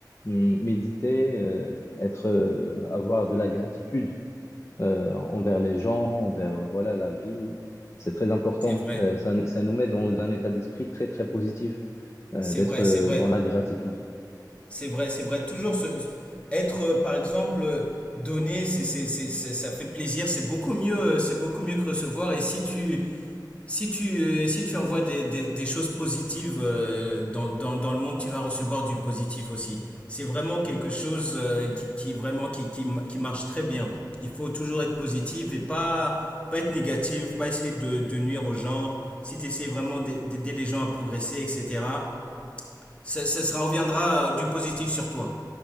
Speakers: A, on the left; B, on the left.
A: Hum, Méditer, euh, être, euh, avoir de la gratitude euh, envers les gens, envers euh, voilà, la vie. C'est très important.
B: C'est vrai,
A: Euh, ça, nous- ça nous met dans un état d'esprit très, très positif euh,
B: c'est
A: d'être
B: vrai,
A: euh,
B: c'est vrai,
A: dans la gratitude.
B: c'est vrai, c'est vrai. Toujours se- être, euh, par exemple, euh, donné, c'est, c'est, c'est- c'est- ça fait plaisir, c'est beaucoup mieux, euh, c'est beaucoup mieux que recevoir. Et si tu, Si tu, euh, si tu envoies des, des- des choses positives euh, dans, dans, dans le monde, tu vas recevoir du positif aussi. C'est vraiment quelque chose euh, qui, qui, vraiment, qui, qui, qui marche très bien. Il faut toujours être positif et pas, pas être négatif, pas essayer de, de nuire aux gens. Si tu essaies vraiment d'a- d'aider les gens à progresser, etc., ça, ça sera, reviendra euh, du positif sur toi.